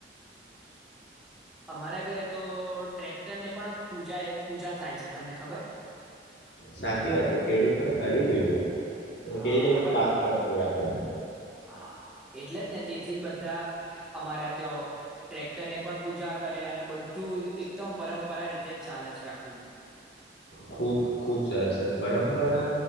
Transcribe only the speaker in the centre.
અમારા ઘરે તો ટ્રેક્ટરને પણ પૂજા પૂજા થાય છે તમને ખબર.
હા
આ વાત
હા એટલે જ ને તેથી જ બધા અમારા ત્યા ટ્રેક્ટર ને પણ પૂજા કરે અને બધું એકદમ પરંપરા રીતે જ ચાલે છે આખું.